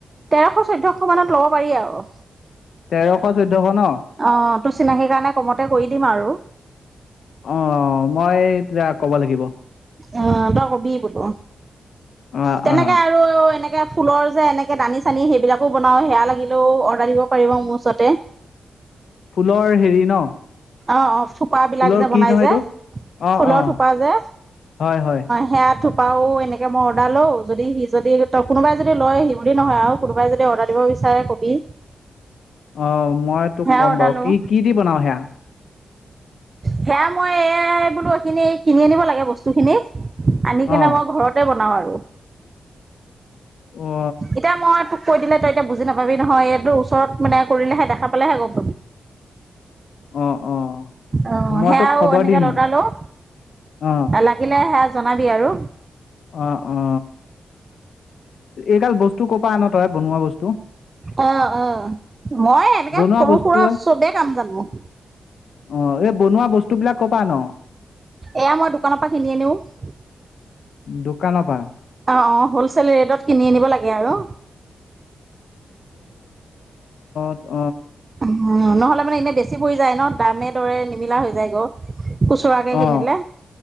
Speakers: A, on the right; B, on the left.
A: তেৰশ চৈধ্যয়শ মানত লব পাৰি আৰু
B: তেৰশ চৈধ্যশ ন
A: অ তোৰ চিনাকীৰ কাৰণে কমতে কৰি দিম আৰু
B: অ মই তেতিয়া ক'ব লাগিব
A: অ তই কবি বোলো
B: অ
A: তেনেকে
B: অ
A: আৰু অ এনেকে ফুলৰ যে এনেকে দানি চানি সেইবিলাকো বনাওঁ সেয়া লাগিলেও অৰ্ডাৰ দিব পাৰিব মোৰ ওচৰতে
B: ফুলৰ হেৰি ন
A: অ অ থোপাবিলাক
B: ফুলৰ
A: যে
B: কি
A: বনাই
B: নহয়
A: যে
B: এইটো অ
A: ফুলৰ
B: অ
A: থোপা যে
B: হয় হয়
A: সেয়া থো পাও এনেকৈ মই অৰ্ডাৰ লওঁ যদি সি যদি কোনোবাই যদি লয় সি বুলি নহয় আৰু কোনোবাই যদি অৰ্ডাৰ দিব বিচাৰে কবি
B: অ, মই তোক
A: সেয়া
B: ক'ম
A: অৰ্ডাৰ
B: বাৰু।
A: লও
B: কি, কি দি বনাৱ সেয়া?
A: সেয়া মই এই বোলো এইখিনি কিনি আনিব লাগে বস্তুখিনি। আনি কেনে
B: অ
A: মই ঘৰতে বনাওঁ আৰু।
B: অ
A: এতিয়া মই তোক কৈ দিলে তই এতিয়া বুজি নাপাবি নহয় এইটো ওচৰত মানে কৰিলেহে দেখা পালেহে গ'ম
B: অ অ
A: অ,
B: মই
A: সেয়াও
B: তোক খবৰ
A: এনেকে
B: দিম
A: অৰডাৰ লওঁ।
B: অ
A: লাগিলে সেয়া জনাবি আৰু।
B: অ অ। এই গাল বস্তু কপা আন তই বনোৱা বস্তু?
A: অ অ মই এনেকৈ
B: বনোৱা
A: সৰু
B: বস্তু
A: সুৰা চবেই কাম জানো।
B: অ এই বনোৱা বস্তু বিলাক কৰ পৰা আন
A: এয়া মই দোকানৰ পৰা কিনি আনিও। অ,
B: দোকানৰ পৰা
A: অ। হলচেল ৰেটত কিনি আনিব লাগে আৰু।
B: ত অ
A: উ নহলে মানে এনে বেছি পৰি যায় ন, দামে দৰে নিমিলা হৈ যায় গৈ। খুচৰাকে কিনিলে
B: অ